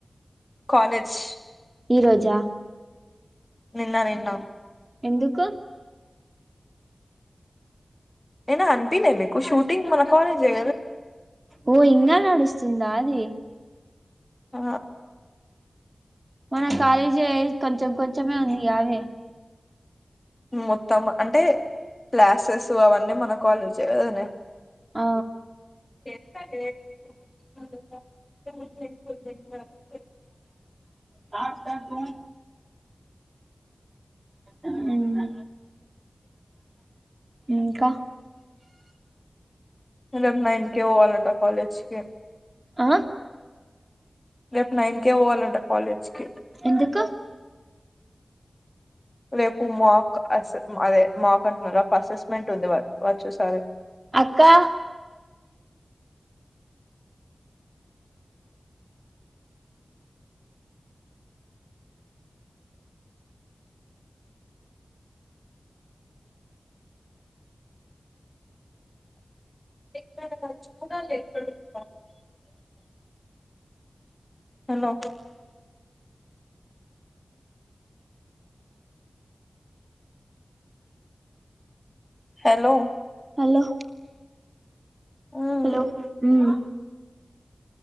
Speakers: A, on the left (about 25°); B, on the right (about 35°).
A: కాలేజ్
B: ఈరోజా
A: నిన్న నిన్నా
B: ఎందుకు
A: నిన్న కనిపిలే మీకు షూటింగ్ మన కాలేజ్ ఏ
B: ఓ ఇంకా నడుస్తుందా అది
A: ఆ
B: మన కాలేజ్ ఏ కొంచెం కొంచెం ఉందిగామే
A: మొత్తం అంటే క్లాసెస్ అవన్నీ మన కాలేజ్ ఏ కదనే
B: ఆ
A: ఎ
B: నా ఉమ్ ఉమ్ ఇంకా
A: రేపు నైన్ కే పోవాలంటా కాలేజ్ కి
B: ఆ
A: రేపు నైన్ కే పోవాలంట కాలేజ్ కి
B: ఎందుకు
A: రేపు మాక్ అ అదే మాక్ అంటున్నారు అసెస్మెంట్ ఉంది వారు చూస్తారు
B: అక్కా
A: ఇక్కడ మరిచి కుడా లేవు హలో హలో
B: హలో
A: ఉమ్.
B: హలో హ్మ్